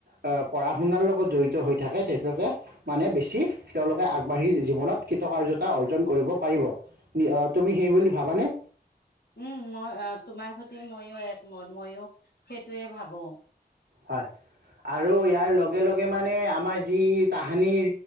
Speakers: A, on the right; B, on the left.
A: পঢ়া শুনাৰ লগত জড়িত হৈ থাকে তেওঁলোকে মানে বেছি তেওঁলোকে আগবাঢ়ি জীৱনত কৃতকাৰ্যতা অৰ্জন কৰিব পাৰিব। তুমি
B: উ উম,
A: সেই বুলি ভাবানে
B: মই তোমাৰ সৈতে সটো ময়ো একমত ময়ো সেইটোয়ে ভাবো।
A: হয় আৰু ইয়াৰ লগে লগে মানে আমাৰ যি তাহানিৰ